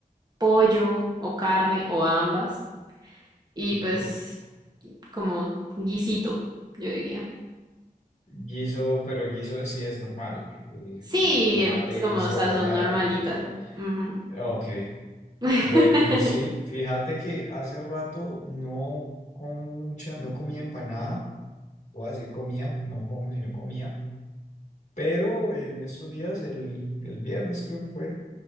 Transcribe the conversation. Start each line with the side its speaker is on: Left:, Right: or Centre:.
Right: pollo o carne o ambas. Y
Left: Ok.
Right: pues, como guisito, yo diría.
Left: Guiso, pero guiso sí es normal. eh,
Right: Sí,
Left: Tomate,
Right: el, como,
Left: cebolla
Right: o sea, son normalitas.
Left: y...
Right: Ujú.
Left: Ok.
Right: <laughs>
Left: Bueno, pues sí, fíjate que hace rato no, con mucha, no comía empanada. voy a decir comía, no como, sino comía. Pero en estos días, el, el viernes creo que fue,